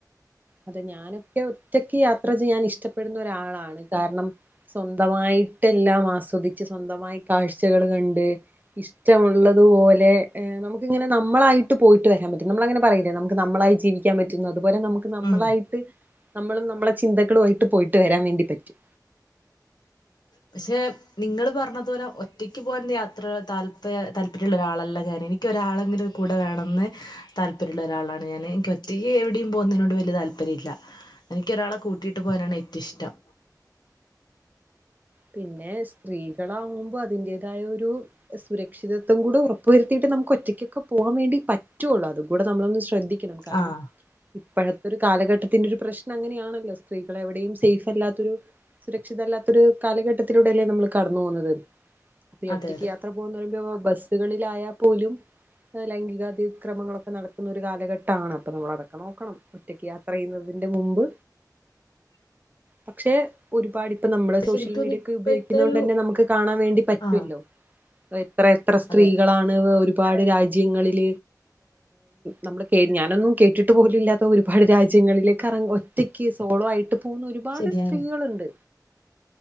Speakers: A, on the right; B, on the left.
A: അതെ ഞാനൊക്കെ ഒറ്റക്ക് യാത്ര ചെയ്യാൻ ഇഷ്ടപ്പെടുന്ന ഒരാളാണ് കാരണം സ്വന്തമായി ട്ടെല്ലാം ആസ്വദിച്ച് സ്വന്തമായി കാഴ്ചകൾ കണ്ട് കുറ്റമുള്ളതു പോലെ നമ ഇത് ഇങ്ങനെ നമ്മളായിട്ട് പോയിട്ട് വരാൻ പറ്റും നമ്മള അങ്ങനെ പറയില്ലെ നമക്ക്‌ നമ്മളായി ജീവാൻ പറ്റും അതുപോലെ നമ നമ്മളായിട്ട്
B: ഉം
A: നമ്മളും നമ്മളെ ചിന്തകളും ആയിട്ട് പോയിട്ട് വരാൻ വേണ്ടി പറ്റും
B: പഷേ നിങ്ങള് പറഞ്ഞത് പോലെ ഒറ്റക്ക് പോകൻ യാത്ര താൽപ്പ താൽപര്യള്ള ഒരാളല്ല ഞാൻ എനിക്ക്‌ ഒരാളെങ്കിലും കൂടെ വേണംന്ന് താൽപര്യള്ള ഒരാളാണ് ഞാൻ എനിക്ക് ഒറ്റക്ക്‌ എവിടെയും പോകുന്നതിനോട് വല്യ താ താൽപര്യം ഇല്ല എനിക്കൊരാളെ കൂട്ടിട്ട് പോകാനാണ് ഏറ്റം ഇഷ്ട്ടം
A: പിന്നെ സ്ത്രീകളാവുമ്പം അതിന്റെതായ ഒരു സുരക്ഷിതത്വം കൂടെ ഉറപ്പുവരുത്തിയിട്ട് നമുക്ക് ഒറ്റക്കൊക്കെ പോകാൻ വേണ്ടി പറ്റുഒള്ളൂ അതും കൂടി നമ്മളൊന്ന് ശ്രദ്ധിക്കണം കാരണം
B: ആഹ്
A: ഇപ്പഴത്തെ ഒരു കാലഘട്ടത്തിന്റെ ഒരു പ്രശ്നം അങ്ങനെയാണല്ലോ സ്ത്രീകൾ എവിടെയും സേഫ് അല്ലാത്തൊരു സുരക്ഷിത അല്ലാത്തൊരു കാലഘട്ടത്തിലൂടെയല്ലേ നമ്മള് കടന്നു പോന്നത് അപ്പം ഈ
B: അതെ
A: ഒറ്റക്ക്
B: അതെ
A: യാത്ര പോന്ന് പറയുമ്പോ ബസ്സ്കളിലായാ പോലും ലൈംഗികാതിക്രമങ്ങളൊക്കെ നടക്കുന്ന ഒരു കാലഘട്ടാണ് അപ്പൊ നമ്മള് അതൊക്കെ നോക്കണം ഒറ്റക്ക് യാത്ര ചെയ്യ്ന്നത് അന്റെ മുമ്പ്
B: <unintelligible>
A: പക്ഷേ ഒരുപാടി ഇപ്പൊ നമ്മ
B: പക്ഷെ
A: സോഷ്യൽ
B: എനിക്ക് തോന്നുന്നു
A: മീഡിയക്കെ
B: ഇപ്പോഴത്തെ
A: ഉപയോഗിക്കുന്ന കൊണ്ട്ന്നെ
B: ഒരു
A: നമുക്ക് കാണാൻ വേണ്ടി പറ്റുവ്
B: ആഹ്
A: ല്ലോ എത്ര എത്ര സ്ത്രീകളാണ്
B: അതെ
A: ഒരുപാട് രാജ്യ രാജ്യങ്ങളിൽ നമ്മ ഞാനൊന്നും കേട്ടിട്ട് പോലും ഇല്ലാത്ത ഒരുപാട് രാജ്യങ്ങളില് കറ ഒറ്റക്ക് സോളോ ആയിട്ട് പോകുന്ന ഒരുപാട്
B: ശരിയാണ്
A: സ്ത്രീകൾുണ്ട്